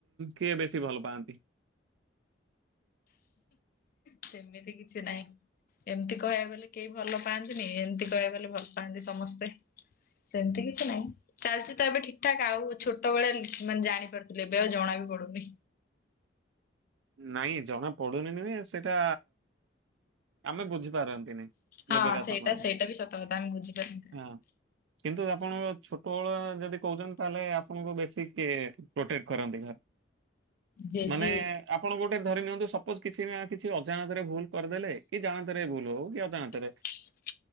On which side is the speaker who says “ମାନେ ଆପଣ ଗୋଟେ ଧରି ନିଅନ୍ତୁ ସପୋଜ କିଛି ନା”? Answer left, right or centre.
Right